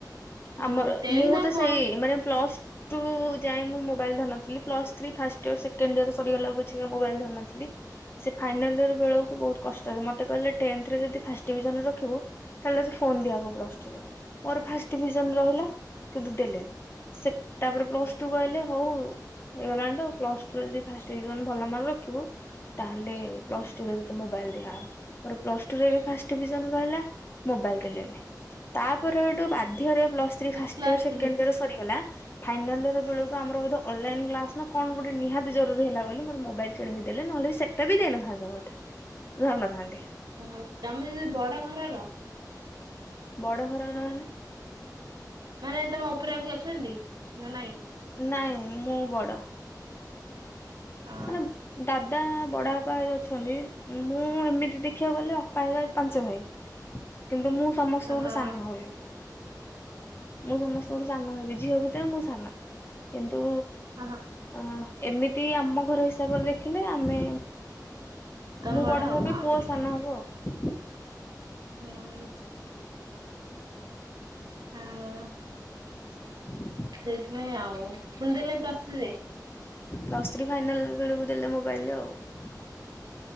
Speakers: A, on the right (about 70°); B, on the left (about 35°).
A: ହୁଁ
B: ଆମର
A: ତେଣିକି
B: ମୁଁ
A: ତମେ
B: ତ ସେଇ
A: ଫୋନ
B: ମାନେ ପ୍ଲସ ଟୁ କୁ ଯାଏଁ ମୁଁ ମୋବାଇଲ ଧରି ନଥିଲି plus three first year second year ସରିଗଲା ପଛକେ ମୋବାଇଲ ଧରି ନଥିଲି। ସେ ଫାଇନାଲ୍ ଇୟର ବେଳକୁ ବହୁତ କଷ୍ଟ ମୋତେ କହିଲେ ଟେନ୍ଥରେ ଯଦି ଫାଷ୍ଟ ଟିଭିଜନ ରଖିବୁ ତାହାଲେ ତତେ ଫୋନ୍ ଦିଆହବ ପ୍ଲସ୍ ଟୁରେ ମୋର ଫାଷ୍ଟ ଡିଭିଜନ ରହିଲା କିନ୍ତୁ ଦେଲେନି ସେ ତାପରେ ପ୍ଲସ୍ ଟୁ କୁ ଆଇଲେ ହଉ ହେଇଗଲାଣି ତ ଆଉ ପ୍ଲସ୍ ଟୁରେ ଯଦି ଫାଷ୍ଟ ଡିଭିଜନ ଭଲ ମାର୍କ ରଖିବୁ ତାହେଲେ ପ୍ଲସ ଟୁ ରେ ତତେ ମୋବାଇଲ ଦିଆହବ। ମୋର ପ୍ଲସ ଟୁ ରେ ବି ଫାଷ୍ଟ ଡିଭିଜନ ରହିଲା ମୋବାଇଲ ଦେଲେନି ତାପରଠୁ ବା ଧ୍ୟରେ plus three first
A: class
B: year ସେକେଣ୍ଡ
A: ରେ
B: ଇୟର ସରିଗଲା। ଫାଇନାଲ ଇୟରବେଳକୁ ଆମର ବୋଧେ ଅନଲାଇନ କ୍ଲାସ ନା କଣ ଗୋଟେ ନିହାତି ଜରୁରୀ ହେଲା ବୋଲି ମତେ ମୋବାଇଲ କିଣିକି ଦେଲେ ନହେଲେ ସେ ଟା ବି ଦେଇନଥାନ୍ତେ ମତେ ଧରିନଥାନ୍ତି।
A: ଓହୋ ତମେ ଦିଦି ବଡ ଘରର?
B: ବଡ଼ ଘରର ମାନେ?
A: ମାନେ ତମ ଉପରେ ଆଉ କିଏ ଅଛନ୍ତି ନା ନାଇଁ?
B: ନାଇଁ ମୁଁ ବଡ।
A: ହଁ
B: ମାନେ ଦାଦା ବଡ଼ ବାପା ଏ ଅଛନ୍ତି, ମୁଁ ଏମିତି ଦେଖିବାକୁ ଗଲେ ଅପା ହେରିକା ପାଞ୍ଚ ଭାଇ। କିନ୍ତୁ ମୁଁ ସମସ୍ତଙ୍କଠୁ
A: ହଁ।
B: ସାନ ହେବି। ମୁଁ ସମସ୍ତଙ୍କଠୁ ସାନ ହେବି, ଝିଅ ଭିତରେ ମୁଁ ସାନ କିନ୍ତୁ
A: ଓହୋ
B: ଅଁ ଏମିତି ଆମ ଘର ହିସାବରେ ଦେଖିଲେ ଆମେ
A: ତମେ
B: ମୁଁ ବଡ
A: ଆଉ
B: ହେବି,
A: ହଁ
B: ପୁଅ
A: ବୁଝିପାରିଲି।
B: ସାନ ହବ ଆଉ।
A: ହୁଁ। ହଁ
B: <inaudible>
A: ସେଇଥିପାଇଁ ଆଉ ପୁଣି ଦେଲେ ପ୍ଲସ ଥ୍ରି ରେ।
B: ପ୍ଲସ୍ ଥ୍ରୀ ଫାଇନାଲ ବେଳକୁ ଦେଲେ ମୋବାଇଲରେ ଆଉ